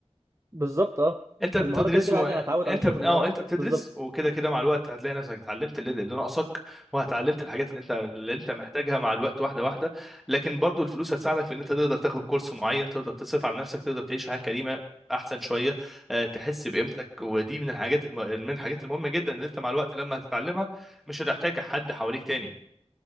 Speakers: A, on the right; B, in the centre.
A: بالظبط اه
B: انت بتدرس
A: المهارة كده كده
B: و...
A: عادي انا هتعود
B: انت
A: على شغلي
B: بت... اه
A: اه
B: انت بتدرس
A: بالظبط
B: وكده كده مع الوقت هتلاقي نفسك اتعلمت اللي, اللي ناقصك وهتعلمت الحاجات اللي انت اللي انت محتاجها مع الوقت واحده واحده لكن برضو الفلوس هتساعدك في ان انت تقدر تاخد كورس معين تقدر تصرف على نفسك تقدر تعيش حياه كريمه احسن شويه أه تحس بقيمتك ودي من الحاجات الم... من الحاجات المهمه جدا اللي انت مع الوقت لما هتتعلمها مش هتحتاج حد حواليك تاني